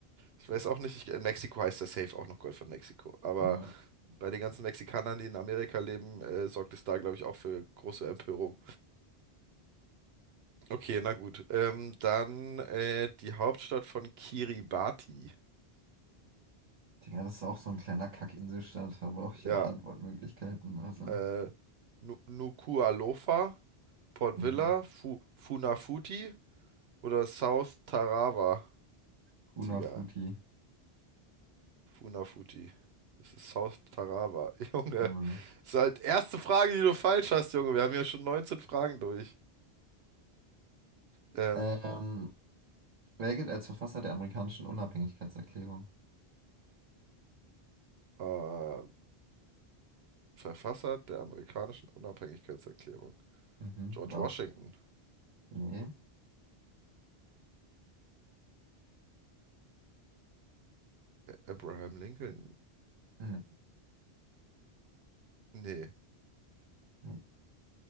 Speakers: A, on the right; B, on the right.
A: Ich weiß auch nicht, ich, in Mexiko heißt der Safe auch noch Golf von Mexiko. Aber
B: Ja.
A: bei den ganzen Mexikanern, die in Amerika leben, äh, sorgt es da, glaube ich, auch für große Empörung. Okay, na gut. Ähm, dann äh, die Hauptstadt von Kiribati.
B: Digga, das ist auch so ein kleiner Kack-Inselstaat, da brauche ich
A: Ja,
B: auch Antwortmöglichkeiten, also.
A: äh, Nu- Nuku'alofa, Port
B: Mhm.
A: Vila, Fu Funafuti oder South Tarawa.
B: Funafuti.
A: Digga, Funafuti. Das ist South Tarawa. <laughs> Junge,
B: Mhm.
A: das ist halt erste Frage, die du falsch hast, Junge. Wir haben ja schon 19 Fragen durch. Ähm,
B: Ähm, Wer gilt als Verfasser der amerikanischen Unabhängigkeitserklärung?
A: äh, Verfasser der amerikanischen Unabhängigkeitserklärung.
B: Mhm,
A: George
B: war
A: Washington.
B: auch. Nee.
A: Abraham Lincoln.
B: Nee.
A: Nee,
B: nee.